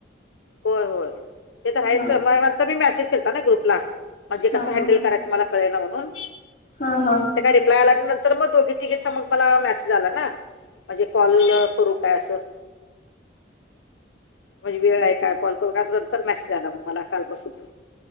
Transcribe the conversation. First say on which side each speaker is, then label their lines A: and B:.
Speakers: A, on the left; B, on the left.
A: होय -होय. ते तर हायचं
B: हा
A: म नंतर मी मॅसेज केलता ना ग्रुपला म्हणजे
B: हा
A: कसं हँडल
B: हा
A: करायचं मला कळेना म्हणून.
B: हा -हा.
A: त्या रिप्लाय आल्या आणि नंतर मग दोघी तिघिंचा मग मला मेसेज आला ना. म्हणजे कॉल करू काय असं. म्हणजे वेळ काय कॉल करू काय नंतर मेसेज आला मग मला कालपासून‌.